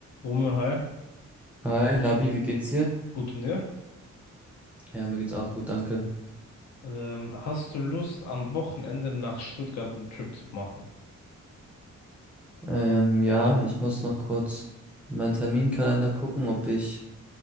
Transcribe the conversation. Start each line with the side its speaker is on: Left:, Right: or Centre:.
Left: Romeo, hi,
Centre: Hi, Labi, wie geht's dir?
Left: gut und dir?
Centre: Ja, mir geht's auch gut, danke.
Left: Ähm, hast du Lust, am Wochenende nach Stuttgart einen Trip zu machen?
Centre: Ähm, ja, ich muss noch kurz in meinen Terminkalender gucken, ob ich